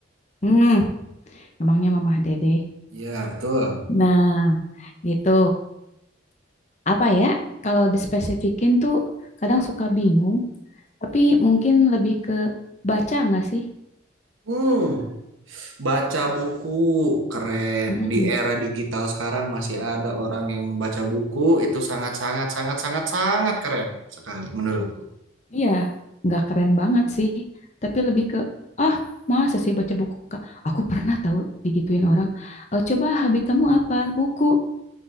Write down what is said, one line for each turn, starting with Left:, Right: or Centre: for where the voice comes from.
Left: Hmm, emangnya Mamah Dede.
Right: Iya, betul.
Left: Nah, gitu. Apa ya? Kalau dispesifikin tuh kadang suka bingung, tapi mungkin lebih ke baca nggak sih?
Right: Hmm, baca buku keren.
Left: Mm-mm.
Right: Di era digital sekarang masih ada orang yang membaca buku itu sangat sangat sangat sangat sangat keren sekali menurutku.
Left: Iya, nggak keren banget sih. Tapi lebih ke, ah, masa sih baca buku, Kak? Aku pernah tahu digituin orang, "Eh, coba hobi kamu apa? Buku.